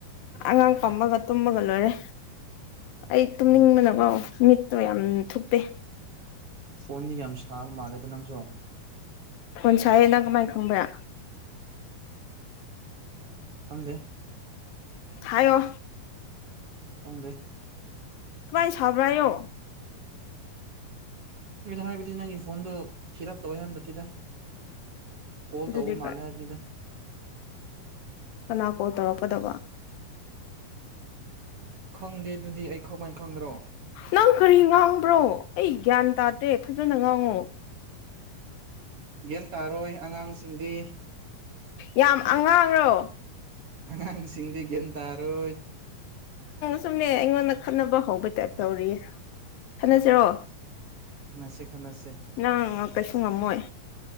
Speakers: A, on the left; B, on the right.
A: ꯑꯉꯥꯡ ꯐꯝꯃꯒ ꯇꯨꯝꯃꯒ ꯂꯣꯏꯔꯦ ꯑꯩ ꯇꯨꯝꯅꯤꯡꯕꯅꯀꯣ
B: ꯎꯝ
A: ꯃꯤꯠ ꯇꯣ ꯌꯥꯝ ꯊꯨꯞꯄꯦ
B: ꯐꯣꯟꯗꯤ ꯌꯥꯝ ꯁꯥꯕ ꯃꯥꯜꯂꯦꯗ ꯅꯪꯁꯨꯣ
A: ꯍꯣꯟꯁꯥꯏ ꯅꯅꯥ ꯀꯃꯥꯏ ꯈꯪꯕ꯭ꯔꯥ
B: ꯈꯪꯗꯦ
A: ꯍꯥꯏꯣ
B: ꯍꯪꯗꯦ
A: ꯀꯃꯥꯏ ꯁꯕ꯭ꯔ ꯍꯥꯏꯌꯣ
B: ꯑꯗꯨꯗ ꯍꯥꯏꯕꯗꯤ ꯅꯪꯒꯤ ꯐꯣꯟꯗꯣ ꯐꯤꯠ ꯑꯞ ꯇꯧꯋꯦ ꯍꯥꯏꯕ ꯅꯠꯇꯦꯗ ꯀꯣꯜ
A: ꯑꯗꯨꯗꯤ
B: ꯇꯧ ꯃꯥꯂꯦ ꯍꯥꯏꯅꯤꯗ
A: ꯀꯅꯥ ꯀꯣꯜ ꯇꯧꯔꯛꯀꯗꯕ
B: ꯈꯪꯗꯦ ꯑꯗꯨꯗꯤ ꯑꯩ ꯀꯃꯥꯏꯅ ꯈꯪꯗ꯭ꯔꯣ
A: ꯅꯪ ꯀꯔꯤ ꯉꯥꯡꯕ꯭ꯔꯣ ꯑꯩ ꯒ꯭ꯌꯥꯟ ꯇꯥꯗꯦ ꯐꯖꯅ ꯉꯥꯡꯉꯨ
B: ꯌꯦꯟ ꯇꯥꯔꯣꯏ ꯑꯉꯥꯡꯁꯤꯡꯗꯤ
A: ꯌꯥꯝ ꯑꯉꯥꯡꯔꯣ
B: ꯑꯉꯥꯡꯁꯤꯡꯗꯤ ꯒ꯭ꯦꯝ ꯇꯥꯔꯣꯏ
A: ꯆꯨꯝꯅꯦ ꯑꯩꯉꯣꯟꯗ ꯈꯠꯅꯕ ꯍꯧꯕꯩ ꯇꯥꯏꯞ ꯇꯧꯔꯤ ꯈꯟꯅꯁꯤꯔꯣ
B: ꯈꯟꯅꯁꯦ ꯈꯟꯅꯁꯦ
A: ꯅ ꯀꯁꯨ ꯉꯝꯃꯣꯏ